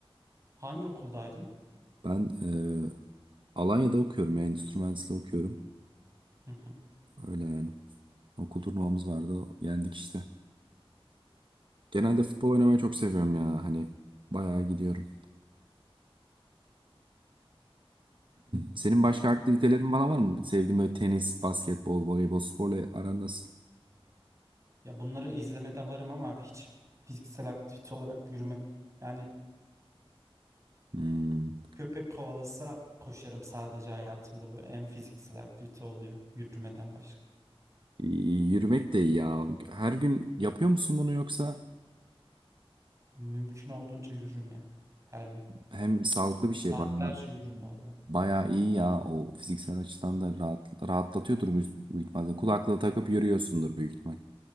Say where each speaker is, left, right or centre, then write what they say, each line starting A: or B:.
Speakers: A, on the right; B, on the right.
A: Hangi okuldaydın?
B: Ben e, Alanya'da okuyorum ya. Endüstri mühendisliği okuyorum.
A: Hı hı.
B: Öyle yani. Okul turnuvamız vardı. Yendik işte. Genelde futbol oynamayı çok seviyorum ya. Hani bayağı gidiyorum. Senin
A: Güzel.
B: başka aktivitelerin bana var mı? Sevdiğin böyle tenis, basketbol, voleybol, sporla aran nasıl?
A: Ya bunları izlemede varım ama hiç fiziksel aktivite olarak yürüme. Yani
B: Hmm.
A: köpek kovalasa koşarım sadece hayatımda böyle en fiziksel aktivite oluyor yürümeden başka.
B: Y- Yürümek de iyi ya. Her gün yapıyor musun bunu yoksa?
A: Mümkün olduğunca yürürüm ya her gün.
B: Hem sağlıklı bir şey
A: Saatlerce
B: bayağı,
A: yürürüm bu arada.
B: bayağı iyi ya. O fiziksel açıdan da rahat, rahatlatıyordur müz- büyük ihtimalle. Kulaklığı takıp yürüyorsundur büyük ihtimal.